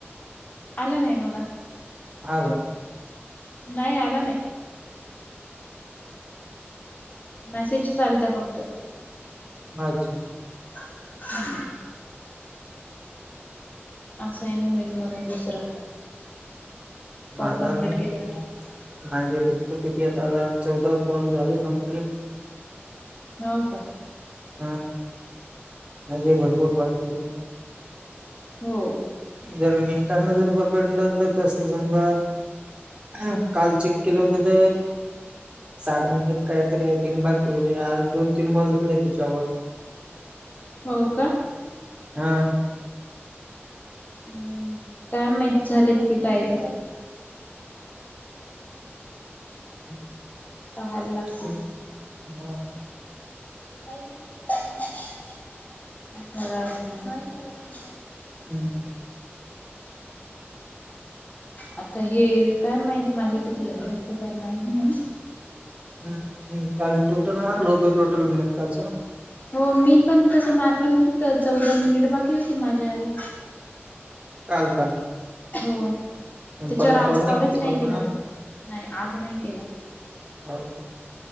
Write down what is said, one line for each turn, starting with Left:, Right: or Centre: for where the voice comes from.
Left: आला नाही मला.
Right: हा का!
Left: नाही आला नाही. मेसेजचं आलता फक्त.
Right: अच्छा!
Left: <unintelligible> असाइन होईल म्हणून दुसरा. कॉल
Right: माझा
Left: कंप्लीट
Right: नाहीत.
Left: केल्यावर
Right: माझे फक्त किती आता चौदा कॉल झाले कम्प्लेट.
Left: हो का!
Right: हा! माजे भरपूर बाकी हेत ना.
Left: हो!
Right: जर मिनटांन जर पकडलं तर तस समजा. हा काल चेक केल होत. साठ मिनिट कायतरी आहे तीन बाकी होते आज दोन तीन कॉल झाले त्याच्यावर. <inaudible>
Left: हो का!
Right: हा!
Left: हूं काय माहीत झालेत की काय त.
Right: <inaudible>
Left: पाहाल लागते.
Right: हम्म <unintelligible>
Left: काय म्हणत्या तुम्ही <unintelligible>
Right: हूं! <inaudible>
Left: आता हे काय माहित माझे किती झालं ते काय माहित नाही.
Right: हूं हूं काल टोटल मारल व्हतं टोटल मिनटाचं.
Left: हो मी पण तसं मारलं होत त चौदा मिनिट बाकी होती माझ्या याला.
Right: काल का?
Left: हो त्याच्यावर
Right: परत
Left: आज
Right: कॉल
Left: कॉलच नाही
Right: पुन्हा
Left: केला मी नाही आज नाही केला.
Right: <unintelligible>